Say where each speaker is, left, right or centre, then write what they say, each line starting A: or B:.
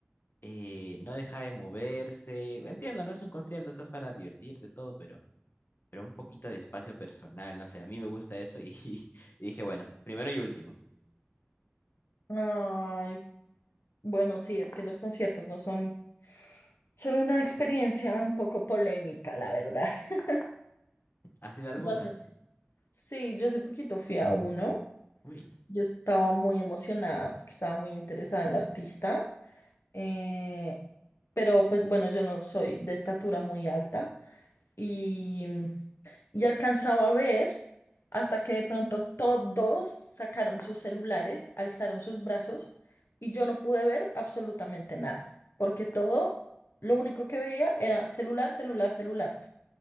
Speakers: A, on the left; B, on the left.
A: eh, no deja de moverse. Entiendo, no es un concierto, estás para divertirte todo, pero, pero un poquito de espacio personal, no sé, a mí me gusta eso y, <laughs> y dije, bueno, primero y último.
B: Ay, bueno, sí, es que los conciertos no son, son una experiencia un poco polémica, la verdad. <laughs>
A: Has sido algunas?
B: Yo hace, sí, yo hace poquito fui a uno.
A: Uy,
B: Yo estaba muy emocionada porque estaba muy interesada en la artista. eh, pero pues bueno, yo no soy de estatura muy alta y y alcanzaba a ver hasta que de pronto todos sacaron sus celulares, alzaron sus brazos y yo no pude ver absolutamente nada, porque todo, lo único que veía era celular, celular, celular.